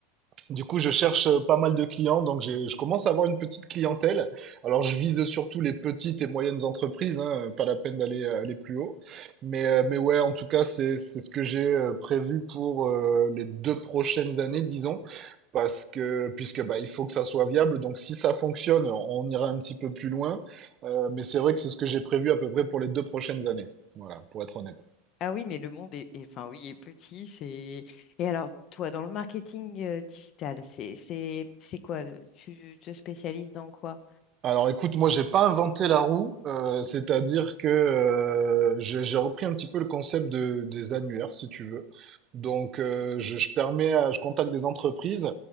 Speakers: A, on the right; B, on the left.
A: du coup, je cherche euh, pas mal de clients, donc j'ai- je commence à avoir une petite clientèle. Alors, je vise surtout les petites et moyennes entreprises, hein, pas la peine d'aller euh, aller plus haut. Mais, euh, mais ouais, en tout cas, c'est, c'est ce que j'ai euh, prévu pour euh, les deux prochaines années, disons, parce que puisque bah, il faut que ça soit viable. Donc, si ça fonctionne, on ira un petit peu plus loin. Euh, mais c'est vrai que c'est ce que j'ai prévu à peu près pour les deux prochaines années. Voilà, pour être honnête.
B: Ah oui, mais le monde est, est- enfin oui, est petit. C'est... Et alors, toi, dans le marketing euh, digital, c'est, c'est, c'est quoi? euh, Tu te spécialises dans quoi?
A: Alors écoute, moi j'ai pas inventé la roue, euh, c'est-à-dire que euh, j'ai j'ai repris un petit peu le concept de, des annuaires, si tu veux. Donc euh, je, je permets, à- je contacte des entreprises